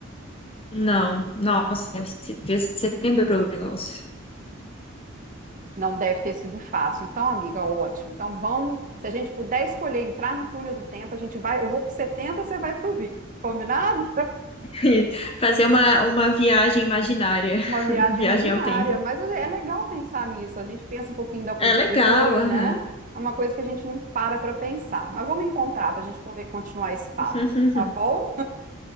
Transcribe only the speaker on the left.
Não, nossa, você você lembrou o negócio.
<laughs> Fazer uma, uma viagem imaginária,
<laughs> viagem
ao tempo.
É legal, aham.
<laughs>